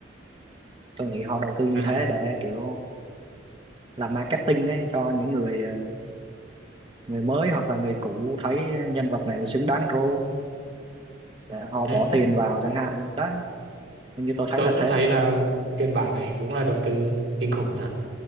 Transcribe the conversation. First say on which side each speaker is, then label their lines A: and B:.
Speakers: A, on the right; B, on the right.
A: tôi nghĩ họ đầu tư như
B: À.
A: thế để kiểu làm marketing ấy cho những người ờ, người mới hoặc là người cũ thấy nhân vật này xứng đáng role để họ
B: Ừ.
A: bỏ tiền vào chẳng hạn đấy như tôi thấy
B: tôi
A: là
B: cũng
A: thế
B: thấy là phiên bản này đúng là đầu tư kinh khủng thật